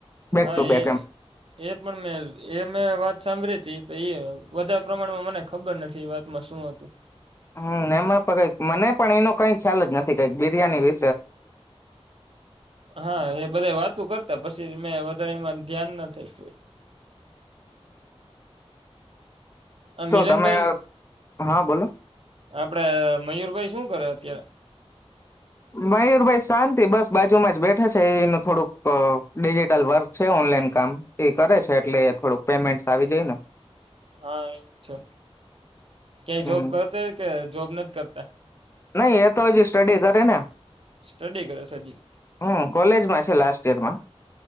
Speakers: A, on the left; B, on the right.
A: બેક
B: હા,
A: ટુ બેક
B: એ
A: એમ
B: એ પણ મે મેં વાત સાંભળી હતી, એ વધારે પ્રમાણમાં મને ખબર નથી વાતમાં શું હતુ
A: હમ, એમાં પણ કઈક મને પણ એનો કઈ ખ્યાલ જ નથી કઈક બિરિયાની વિ
B: હા, એ બધા વાતુ કર તો પછી મેં વધારે, એમાં ધ્યાનના થઈત આ
A: શો
B: મિલનભાઈ
A: તમે હા, બોલો
B: આપડે મયુરભાઈ શું કરે, અત્યારે
A: મયુરભાઈ શાંતિ બસ બાજુમાજ બેઠે છે, એને થોડુંક ડિજિટલ વર્ક છે, ઓનલાઈન કામ એ કરે છે, એટલે થોડુંક પેમેન્ટ આવી જાય ને
B: હા, એવું છે, ક્યાય
A: હમ
B: જોબ કરતા કે જોબ નથી. કરતા
A: નઈ એ તો હજી, સ્ટડી કરે ને
B: સ્ટડી, કરે સડી
A: હમ કોલેજમાં લાસ્ટ યર મા